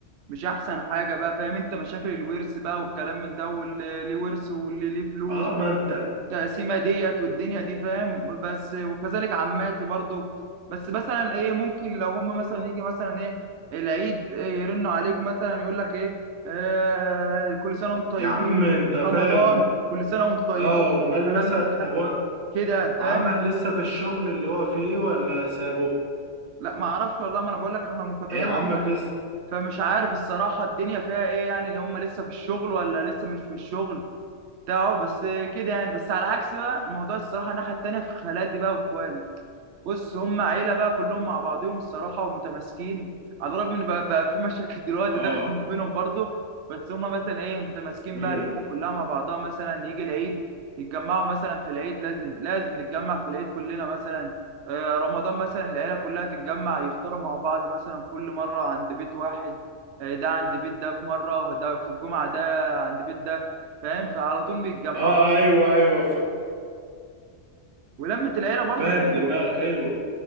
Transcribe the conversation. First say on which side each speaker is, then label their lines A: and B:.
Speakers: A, on the right (about 70°); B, on the right (about 80°).
A: مش احسن حاجة بقى فاهم انت مشاكل الورث بقى والكلام من ده واللي ليه ورث واللي ليه فلوس
B: اه ما انت
A: التقسيمه ديت والدنيا دي فاهم بس وكذلك عماتي برضو بس مثلا ايه ممكن لو هم مثلا يجي مثلا ايه العيد يرنوا عليك مثلا يقول لك ايه آه كل سنه وانتم طيبين
B: يا عم انت فاهم
A: رمضان كل سنه وانتم طيبين
B: اه امال
A: كلام
B: مثلا
A: من ده
B: طب هو
A: كده فاهم
B: عمك لسه في الشغل اللي هو فيه ولا سابه
A: لا ما اعرفش والله ما انا بقول لك احنا منقطعين
B: ايه عمك
A: عنهم
B: لسه
A: فمش عارف الصراحه الدنيا فيها ايه يعني اللي هم لسه في الشغل ولا لسه مش في الشغل بتاعه بس كده يعني بس على عكس بقى الموضوع الصراحه الناحيه التانيه في خالاتي بقى واخوالي بص هم عيله بقى كلهم مع بعضهم الصراحه ومتماسكين على الرغم ان بقى, بقى في مشاكل <laughs> دلوقتي
B: اه
A: داخل ما بينهم برضو بس هم مثلا ايه متماسكين
B: امم
A: بقى العيله كلها مع بعضها مثلا يجي العيد يتجمعوا مثلا في العيد لازم لازم نتجمع في العيد كلنا مثلا آه، رمضان مثلا العيله كلها تتجمع يفطروا مع بعض مثلا كل مره عند بيت واحد آه، ده عند بيت ده في مره ده في الجمعه ده عند بيت ده فاهم فعلى طول بيتجمعوا
B: اه ايوه ايوه ف-
A: ولمة العيلة برضو
B: فاهم
A: حلوة
B: دماغك ايوه